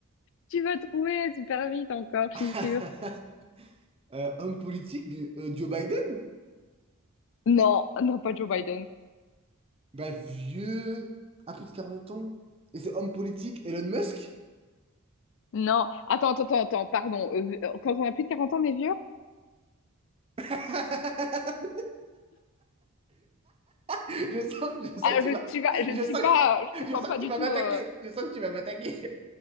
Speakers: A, on the left; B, on the right.
A: Tu vas trouver super vite encore, je suis
B: <laughs>
A: sûre.
B: Euh, homme politique, euh, Joe Biden?
A: Non, non, pas Joe Biden.
B: Bah, vieux, un petit 40 ans. Et c'est homme politique, Elon Musk?
A: Non, attends, attends, attends, attends, pardon. Euh, quand on a plus de 40 ans, on est vieux?
B: <laughs> Je sens, je sens
A: Ah,
B: que tu
A: je
B: vas.
A: ne suis pas, je
B: Je
A: ne suis
B: sens
A: pas,
B: que...
A: je me
B: Je
A: sens
B: sens
A: pas
B: que tu
A: du
B: vas
A: tout,
B: m'attaquer.
A: euh,
B: Je sens que tu vas m'attaquer.